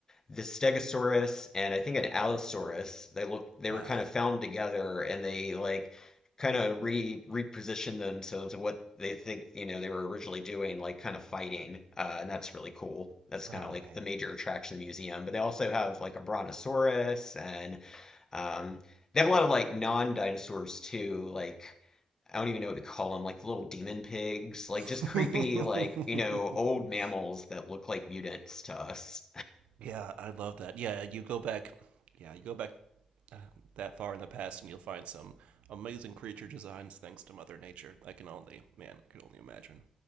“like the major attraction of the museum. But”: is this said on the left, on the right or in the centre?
Left